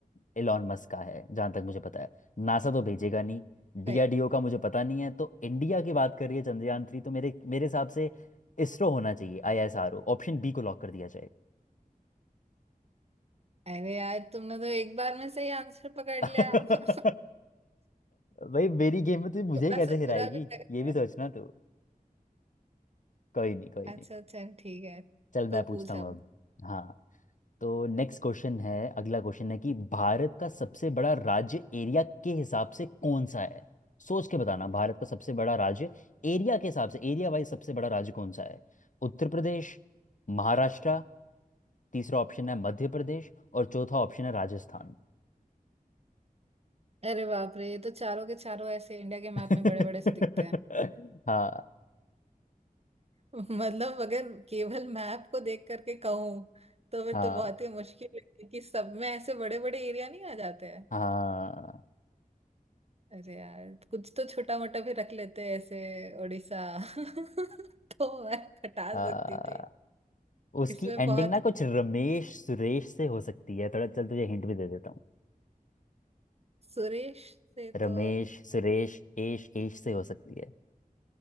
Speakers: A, on the left; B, on the right.
A: एलॉन मस्क का है जहां तक मुझे पता है नासा तो भेजेगा नहीं डीआरडीओ
B: भाई
A: का मुझे पता नहीं है तो इंडिया की बात कर रही है चंद्रयान थ्री तो मेरे मेरे हिसाब से इसरो होना चाहिए आईएसआरओ ऑप्शन बी को लॉक कर दिया
B: अरे यार तुमने तो एक बार में सही आंसर पकड़
A: <laughs>
B: लिया <laughs> अच्छा,
A: भाई मेरी गेम में तू मुझे
B: थोड़ा
A: ही कैसे
B: सा
A: हिराएगी
B: बुरा भी लग रहा
A: ये भी
B: है
A: सोचना तू कोई नहीं कोई
B: अच्छा
A: नहीं
B: चल ठीक है
A: चल मैं
B: तो
A: पूछता
B: पूछ
A: हूँ
B: अब
A: अब हाँ तो नेक्स्ट क्वेश्चन है अगला क्वेश्चन है कि भारत का सबसे बड़ा राज्य एरिया के हिसाब से कौन सा है सोच के बताना भारत का सबसे बड़ा राज्य एरिया के हिसाब से एरिया वाइज सबसे बड़ा राज्य कौन सा है उत्तर प्रदेश महाराष्ट्र तीसरा ऑप्शन है मध्य प्रदेश और चौथा ऑप्शन है राजस्थान
B: अरे बाप रे ये तो चारों के चारों ऐसे इंडिया के मैप
A: <laughs>
B: में बड़े बड़े से दिखते हैं
A: हाँ
B: मतलब अगर केवल मैप को देख करके कहूँ तो फिर
A: हाँ
B: तो बहुत ही मुश्किल है कि सब में ऐसे बड़े बड़े एरिया नहीं आ जाते हैं
A: हाँ
B: अरे यार कुछ तो छोटा मोटा भी रख लेते हैं ऐसे उड़ीसा <laughs> तो मैं हटा
A: आ,
B: सकती थी
A: उसकी
B: इसमें
A: एंडिंग
B: बहुत
A: ना कुछ रमेश सुरेश से हो सकती है थोड़ा चल तुझे हिंट भी दे देता हूँ
B: सुरेश से
A: रमेश
B: तो
A: सुरेश एश एश से हो सकती है